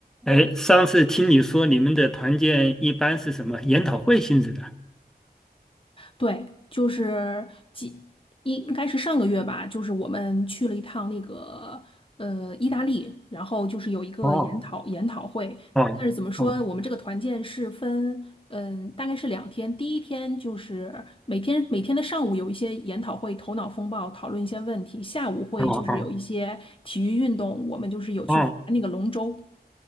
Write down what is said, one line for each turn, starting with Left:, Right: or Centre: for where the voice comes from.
Centre: 哎，上次听你说你们的团建一般是什么研讨会性质的？
Left: 对，就是几应该是上个月吧，就是我们去了一趟那个呃意大利，然后就是有一个研讨研讨会。
Centre: 哦，哦哦
Left: 但是怎么说，我们这个团建是分嗯，大概是两天。第一天就是每天每天的上午有一些研讨会，头脑风暴讨论一些问题；下午会就是有一些体育运动，
Centre: 哦哦
Left: 我们就是有去划那个龙舟。
Centre: 哦，